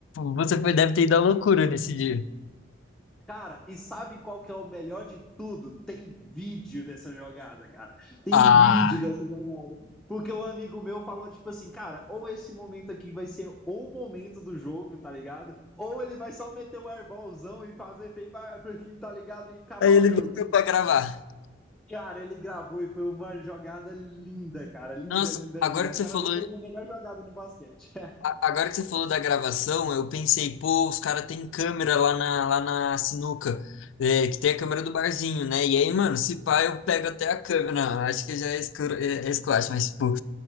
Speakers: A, on the left; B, in the centre.
A: você foi, deve ter ido à loucura nesse dia.
B: Cara, e sabe qual que é o melhor de tudo? Tem vídeo dessa jogada, cara. Tem
A: Ah!
B: vídeo dessa jogada. Porque um amigo meu falou, tipo assim, cara, ou esse momento aqui vai ser o momento do jogo, tá ligado? Ou ele vai só meter o airballzão e fazer feio, pra- pra- tá ligado? E acabar
A: Aí ele
B: o jogo.
A: voltou pra gravar.
B: Cara, ele gravou e foi uma jogada linda, cara. Linda,
A: Nossa,
B: linda,
A: agora
B: linda.
A: que
B: Aquela
A: você falou,
B: ali foi minha melhor jogada no basquete.
A: agora que você falou da gravação, eu pensei, pô, os caras têm câmera lá na, lá na sinuca, é, que tem a câmera do barzinho, né? E aí, mano, se pá, eu pego até a câmera. Não, acho que já é esculacho, é, é esculacho, mas, tipo,